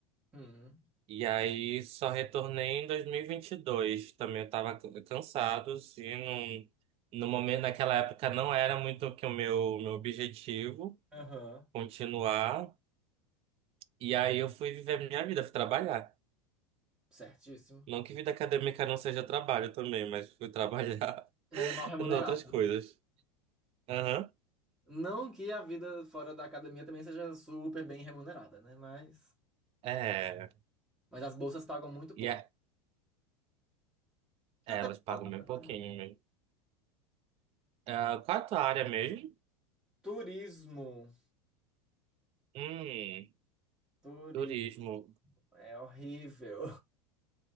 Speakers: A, in the centre; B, on the right.
A: Uhum.
B: e aí só retornei em 2022. Também eu tava c- cansado, assim, não, no momento, naquela época não era muito que o meu, meu objetivo
A: Aham.
B: continuar. E aí eu fui viver minha vida, fui trabalhar.
A: Certíssimo.
B: Não que vida acadêmica não seja trabalho também, mas fui trabalhar
A: Mas
B: <laughs>
A: é mal remunerado.
B: em outras coisas. Aham.
A: Não que a vida fora da academia também seja super bem remunerada, né? Mas,
B: É.
A: mas as bolsas pagam muito
B: E,
A: pouco.
B: a- É,
A: Tá até
B: elas
A: bom
B: pagam bem
A: agora.
B: pouquinho mesmo. Ah, qual é a tua área mesmo?
A: Turismo.
B: Hum,
A: Turismo.
B: turismo.
A: É horrível.